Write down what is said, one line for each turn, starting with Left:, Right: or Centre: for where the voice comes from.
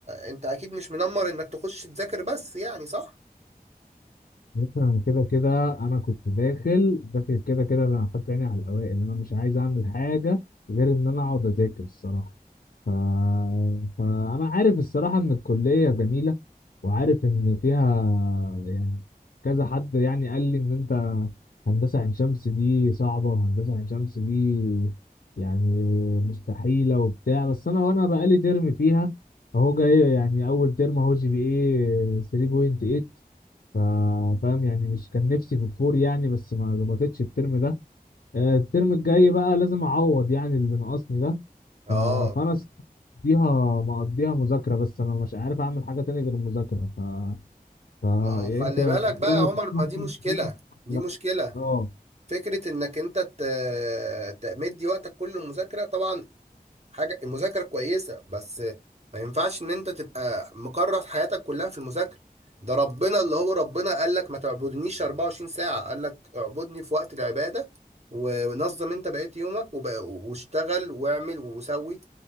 Right: انت اكيد مش منمر انك تخش تذاكر بس يعني صح
Left: بص انا كده كده انا كنت داخل داخل كده كده انا حاطط عيني على الاوائل انا مش عايز اعمل حاجه غير ان انا اقعد اذاكر الصراحه ف... فانا عارف الصراحه ان الكليه جميله وعارف ان فيها يعني كذا حد يعني قال لي ان انت هندسه عين شمس دي صعبه وهندسه عين شمس دي يعني مستحيله وبتاع بس انا وانا بقالي ترم فيها اهو جاي يعني اول ترم اهو جي بي ايه 3.8 فا- فاهم يعني مش كان نفسي في الفور يعني بس ما ظبطتش الترم ده آه، الترم الجاي بقى لازم اعوض يعني اللي ناقصني ده
Right: اه
Left: ف- فانا س- مقضيها مقضيها مذاكرة بس انا مش عارف اعمل حاجة تاني غير المذاكرة ف... ف...
Right: ما هو
Left: يعني
Right: خلي
Left: انت إنت
Right: بالك بقى
Left: رأيك
Right: يا عمر
Left: <laughs> تسمح
Right: ما دي مشكلة
Left: بالموضوع؟
Right: دي
Left: لا
Right: مشكلة
Left: اه
Right: فكرة انك انت ت... تمدي وقتك كله مذاكرة طبعا حاجة المذاكرة كويسة بس ما ينفعش ان انت تبقى مكرس حياتك كلها في المذاكرة ده ربنا اللي هو ربنا قال لك ما تعبدنيش 24 ساعة قال لك اعبدني في وقت العبادة و- ونظم انت بقيت يومك وب... واشتغل واعمل وسوي